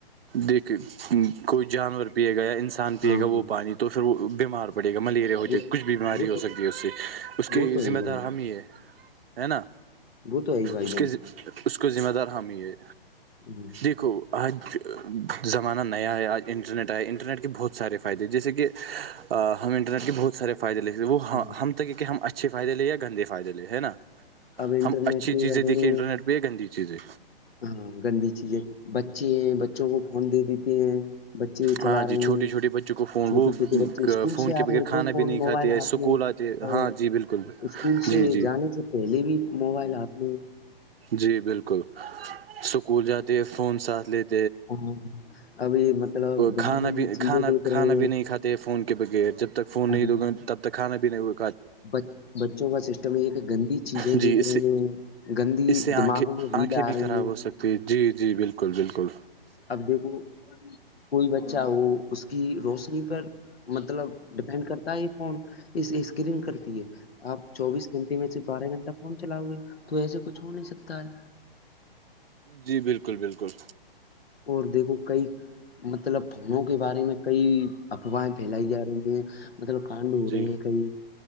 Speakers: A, on the right; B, on the left.
A: دیکھے کوئی جانور پیے گا یا انسان پیے
B: ہاں
A: گا وہ
B: ہاں
A: پانی توپھر وہ بیمار پڑے گا ملیریا ہو جائے
B: وہ
A: گا کچھ بھی بیماری
B: وہ
A: ہو
B: تو
A: سکتی ہے اس سے اس کے
B: وہ تو ہے
A: ذمہ
B: ہی بھائی
A: دار
B: جان
A: ہم ہی ہے ہے نا
B: وہ تو ہے ہی بھائی
A: اس
B: جان
A: کے اس کو ذمہ دار ہم ہی ہے
B: <inaudible>
A: دیکھو آج زمانہ نیا ہے آج انٹرنیٹ آیا انٹرنیٹ کے بہت سارے فائدے جیسے کہ ہم انٹرنیٹ کے بہت سارے فائدے لتے وہ ہم وہ
B: ہوں.
A: ہم تک ہیں کہ ہم اچھے فائدے یا گندے فائدے ہے نا
B: اب انٹرنیٹ
A: ہم اچھی
B: کے
A: چیزیں
B: بارے
A: دیکھیں
B: میں
A: انٹرنیٹ پہ گندی چیز ہے
B: ہاں گندی چیزیں بچے ہیں بچوں کو فون دے دیتے ہیں بچے
A: ہاں
B: چلا
A: جی
B: رہے
A: چھوٹے
B: ہیں
A: چھوٹے بچوں کو فون
B: چھوٹے
A: وہ
B: چھوٹے بچے اسکول
A: فون
B: سے
A: کے
B: آ
A: بغیر
B: رہے ہیں
A: کھانا
B: تو فون
A: بھی نہیں کھاتے
B: موبائل
A: ہے اسکول
B: ہاتھ میں
A: آتے
B: اور
A: ہاں جی بالکل
B: اسکول
A: جی
B: سے
A: جی
B: جانے سے پہلے بھی موبائل ہاتھ میں
A: جی بلکل اسکول جاتی ہے فون ساتھ لیتی
B: ہاں ابھی مطلب گندی
A: کھانا
B: گندی
A: بھی
B: چیزیں
A: کھانا
B: دیکھ
A: کھانا
B: رہے
A: بھی نہیں کھاتے فون کے بغیر جب تک فون نہیں
B: ہیں
A: دو گے تب تو کھانا پینے ہو
B: بچ بچوں کا سسٹم یہ ہے کہ گندی چیزیں
A: جی
B: دیکھ
A: اس
B: رہے
A: سے
B: ہیں گندی
A: اس سے آنکھیں
B: دماغوں میں ریل
A: آنکھیں
B: آ
A: بھی
B: رہی
A: خراب
B: ہے
A: ہو سکتی ہیں جی جی بلکل بلکل
B: اب دیکھو کوئی بچہ ہو اس کی روشنی پر مطلب ڈیپینڈ کرتا ہے یہ فون اس اسکرین کرتی ہے آپ چوبیس گھنٹے میں سے بارہ گھنٹہ فون چلاؤ گے تو ایسے کچھ ہو نہیں سکتا ہے
A: جی بلکل بلکل
B: اور دیکھو کئی مطلب فونوں کے بارے میں کئی افواہیں پھیلائی جا رہی ہیں مطلب ٹھنڈ ہو
A: جی
B: رہے ہیں کئی